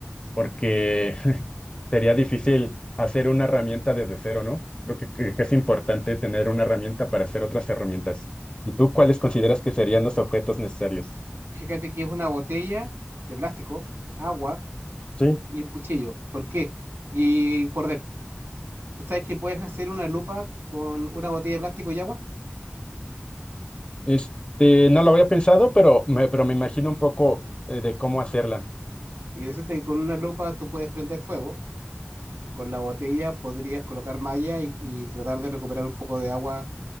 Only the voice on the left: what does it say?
porque <laughs> sería difícil hacer una herramienta desde cero, ¿no? Creo que, que- que es importante tener una herramienta para hacer otras herramientas. ¿Y tú cuáles consideras que serían los objetos necesarios?
Sí.
Este, no lo había pensado, pero me, pero me imagino un poco eh, de cómo hacerla.